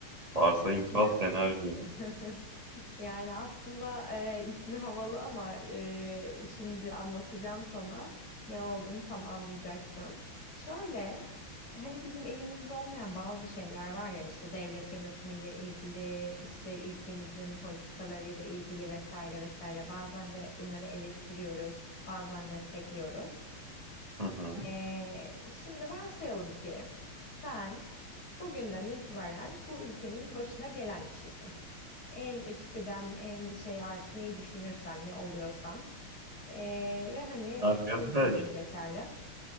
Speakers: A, on the right; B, on the left.
A: Varsayımsal
B: Ya.
A: senaryo.
B: <laughs> Yani aslında e, ismi havalı ama e, şimdi anlatacağım sana ne olduğunu tam anlayacaksın. Şöyle, hani bizim elimizde olmayan bazı şeyler var ya işte devlet yönetimiyle ilgili, işte ülkemizin politikalarıyla ilgili vesaire vesaire. Bazen de bunları eleştiriyoruz, bazen destekliyoruz.
A: Hı hı.
B: E, şimdi varsayalım ki sen bugünden itibaren bu ülkenin başına gelen kişisin. En üst kıdem, en şey artık neyi düşünürsen, ne oluyorsan. Ee, ve hani
A: Arkadaş
B: senin sözün yeterli.